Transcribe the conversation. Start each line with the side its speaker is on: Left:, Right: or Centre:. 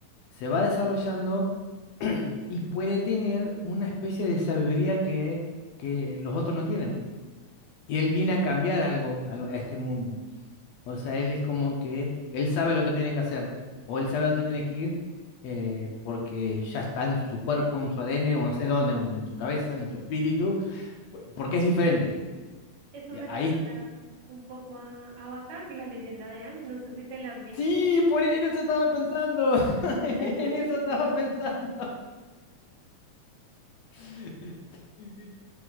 Left: se va desarrollando <clears throat> y puede tener una especie de sabiduría que, que los otros no tienen. Y él viene a cambiar algo algo a este mundo. O sea, él es como que él sabe lo que tiene que hacer o él sabe dónde tiene que ir eh, porque ya está en su cuerpo, en su ADN o no sé dónde, o en su cabeza, en su espíritu, po- porque
Right: sí.
Left: es diferente.
Right: Eso
Left: Y
Right: me
Left: ahí
Right: recuerda un poco a Avatar, la leyenda de Aang, no sé si te la has visto.
Left: sí, por en eso estaba pensando. <laughs>
Right: <laughs>
Left: En eso estaba pensando. <laughs> Sí, sí.